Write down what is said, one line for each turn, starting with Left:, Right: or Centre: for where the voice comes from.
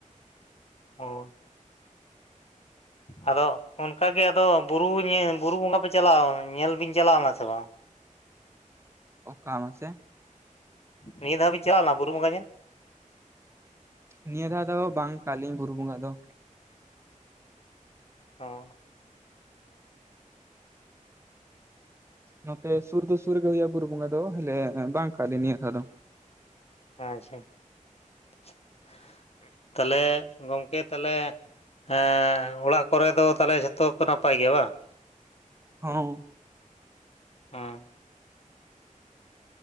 Right: <inaudible>
Left: ᱦᱳᱭ ᱟᱫᱚ ᱚᱱᱠᱟᱜᱮ ᱟᱫᱚ ᱵᱩᱨᱩ ᱧᱮ ᱵᱩᱨᱩ ᱵᱚᱸᱜᱟ ᱯᱮ ᱪᱟᱞᱟᱣ ᱧᱮᱞ ᱵᱤᱱ ᱪᱟᱞᱟᱣ ᱞᱮᱱᱟ ᱥᱮ ᱵᱟᱝ?
Right: <inaudible> ᱚᱠᱟ ᱢᱟᱥᱮ᱾
Left: ᱱᱤᱭᱟᱹ ᱫᱷᱟᱣ ᱵᱤᱱ ᱪᱟᱞᱟᱣ ᱞᱮᱱᱟ ᱵᱩᱨᱩ ᱵᱚᱸᱜᱟ ᱧᱮᱞ?
Right: ᱱᱤᱭᱟᱹ ᱫᱷᱟᱣ ᱫᱚ ᱵᱟᱝ ᱠᱟᱜ-ᱟ ᱞᱤᱧ ᱵᱩᱨᱩ ᱵᱚᱸᱜᱟ ᱫᱚ᱾
Left: ᱚ
Right: ᱱᱚᱛᱮ ᱥᱩᱨ ᱫᱚ ᱥᱩᱨ ᱨᱮ ᱜᱮ ᱦᱩᱭᱩᱜ-ᱟ ᱵᱩᱨᱩ ᱵᱚᱸᱜᱟ ᱫᱚ, ᱦᱟᱞᱮ ᱵᱟᱝ ᱠᱟᱜ ᱞᱤᱧ ᱱᱤᱭᱟᱹ ᱫᱷᱟᱣ ᱫᱚ᱾
Left: ᱟᱪᱪᱷᱟ <inaudible> ᱛᱟᱦᱚᱸᱞᱮ ᱜᱚᱝᱠᱮ᱾ ᱛᱟᱦᱚᱸᱞᱮ ᱮ ᱚᱲᱟᱜ ᱠᱚᱨᱮ ᱫᱚ ᱛᱟᱦᱚᱸᱞᱮ ᱡᱷᱚᱛᱚ ᱠᱚ ᱱᱟᱯᱟᱭ ᱜᱮᱭᱟ ᱵᱟᱝ᱾
Right: ᱦᱚᱸ᱾
Left: ᱚ